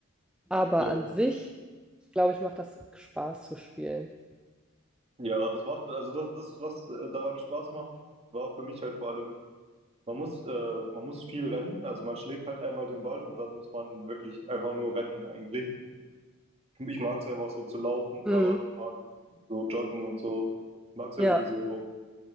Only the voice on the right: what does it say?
Ja,
ja, das macht, also das, das, was äh, daran Spaß macht, war für mich halt vor allem, man muss, äh, man muss viel rennen. Also man schlägt halt einmal den Ball und dann muss man wirklich einfach nur rennen eigentlich. Ich mag es einfach so zu laufen, Fahrrad
fahren, so joggen und so. Ich mag es irgendwie
so.